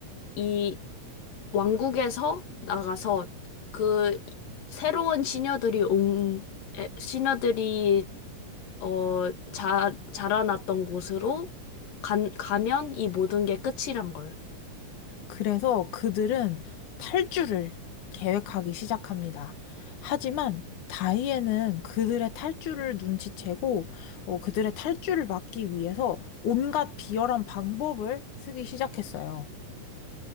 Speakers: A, on the left; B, on the left.
A: 이 왕국에서 나가서 그 새로운 시녀들이 온 에, 시녀들이 어 자, 자라났던 곳으로 간, 가면 이 모든 게 끝이란 걸.
B: 그래서 그들은 탈주를 계획하기 시작합니다. 하지만 다이앤은 그들의 탈주를 눈치채고 어, 그들의 탈주를 막기 위해서 온갖 비열한 방법을 쓰기 시작했어요.